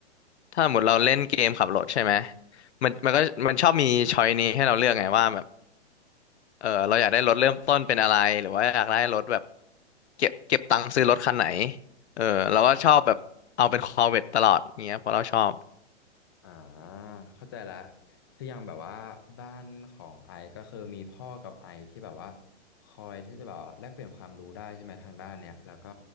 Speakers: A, on the left; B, on the left.
A: ถ้าหมดเราเล่นเกมขับรถใช่ไหมมันมันก็มันชอบมีช้อยนี้ให้เราเลือกไงว่าแบบเออเราอยากได้รถเริ่มต้นเป็นอะไรหรือว่าอยากได้รถแบบเก็บเก็บตังค์ซื้อรถคันไหนเออเราก็ชอบแบบเอาเป็นคอเวตตลอดเงี้ยเพราะเราชอบ
B: อ่าเข้าใจละคืออย่างแบบว่าบ้านของไอซ์ก็คือมีพ่อกับไอซ์ที่แบบว่าคอยที่จะแบบว่าแลกเปลี่ยนความรู้ได้ใช่ไหมทางด้านเนี้ยแล้วก็